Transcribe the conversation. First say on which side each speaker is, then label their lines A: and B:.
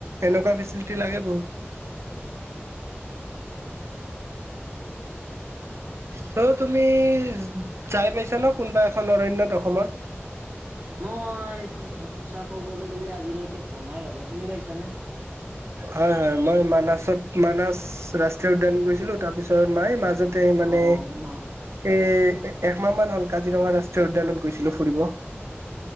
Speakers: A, on the right; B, on the right.
A: এনেকুৱা ফেচিটি লাগে বহুত।
B: <inaudible>
A: চ' তুমি যাই পাইছা ন কোনোবা এখন অৰণ্যত অসমৰ।
B: মই সচ সঁচা ক'বলৈ গ'লে আজিলৈকে পনাই বাৰু তুমি পাইছানে
A: হয় হয় মই মানাছত মানা ৰাষ্ট্ৰীয় উদ্যান গৈছিলো তাৰপিছত মায় ম যাতে মানে
B: অ মা
A: এ এমাহ মান হল কাজিৰঙা ৰাষ্ট্ৰীয় উদ্যানত গৈছিলো ফুৰিব।